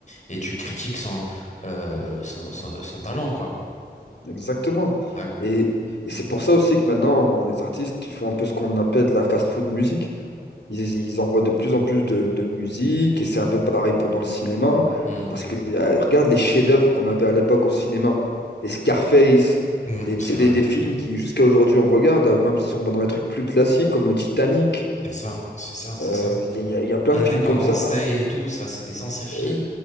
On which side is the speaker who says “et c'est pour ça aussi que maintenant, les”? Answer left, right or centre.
Left